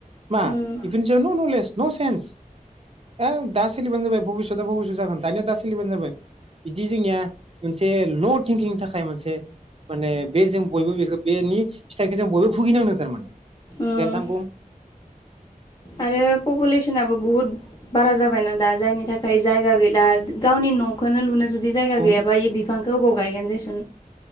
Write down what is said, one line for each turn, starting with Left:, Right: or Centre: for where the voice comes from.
Right: मा
Left: उम
Right: बेफोरनि सायाव न' न'लेज। न सेन्स ओयो दा सोलिबानो जाबाय भबिसता भबिसत जागोन दानिया दा सोलिबानो जाबाय बिदि जोंनिया मोनसे ल' थिंकिंनि थाखाय मोनसे माने बे जों बयबो बेखौ बेनि फिथाइखौ जों बयबो भुगिनांदों थारमाने। दे
Left: उम
Right: नोंथां बुं।
Left: आरो पपुलेसनाबो बुहुत बारा जाबायना दा जायनि थाखाय जायगा गैला गावनि न'खौनो लुनो जु दि जायगा
Right: उम
Left: गैयाबा इयो बिफांखौ बबाव गायगोन दिसुन।